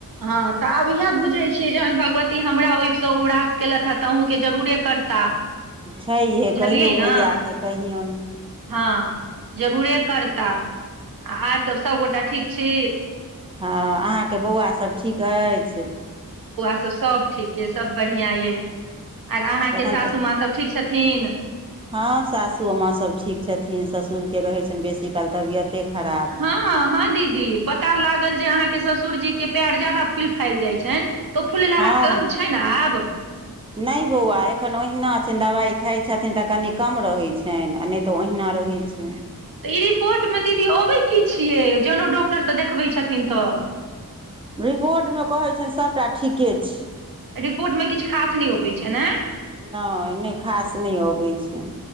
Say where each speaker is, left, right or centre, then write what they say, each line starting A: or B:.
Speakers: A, on the right; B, on the right.
A: हँ तऽ आब इएह बुझैत छियै जहन भगवती हमरा ओहिसँ उबरास केलथि हें तऽ अहूँके जरूरे करताह
B: छैहे
A: बुझलियै
B: कहियौ
A: ने
B: मैया के कहियौन
A: हँ जरूरे करता आ आर तब सभगोटा ठीक छी
B: हँ अहाँके बौआ सब ठीक अछि
A: हॉ सब ठीक यै सब बढ़ियां यै आर अहाँके
B: एखन
A: सासु
B: तऽ
A: माँ सब ठीक छथिन
B: हँ सासुमाँ सभ ठीक छथिन ससुरके रहैत छनि बेसीकाल तबियते खराब
A: हँ हँ दीदी पता लागल जे अहाँके ससुरजी के पैर ज्यादा फूलि फालि जाइ छनि तऽ ओ फूल लाहा
B: हँ
A: कम छैन आब
B: नहि बौआ एखन ओहिना छै। दवाइ खाइत छथिन तऽ कनि कम रहैत छनि। नहि तऽ ओहिना रह कहै छिनि
A: ई रिपोर्टमे दीदी अबै की छियै जने डॉक्टरसँऽ देखबै छथिन तऽ
B: रिपोर्टमे कहैत छियनि सभटा ठीके छै।
A: रिपोर्टमे किछु खास नहि अबैत छ ने
B: नऽ नहि खास नहि अबैत छनि